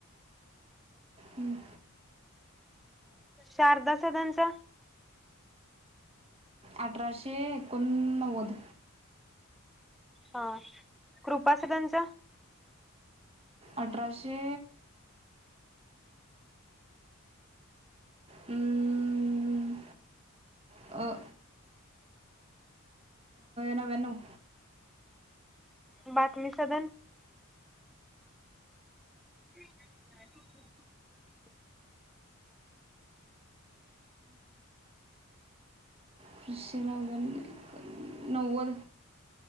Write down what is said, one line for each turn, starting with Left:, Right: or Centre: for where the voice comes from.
Right: हम्म.
Centre: शारदा सदांचा.
Right: अठराशे एकोणनव्वद.
Centre: हा कृपा सदनच?
Right: अठराशे हं, अ, नवानौं.
Centre: बातमी सदन? <inaudible>
Right: पशे नक्यांनै, नव्वद.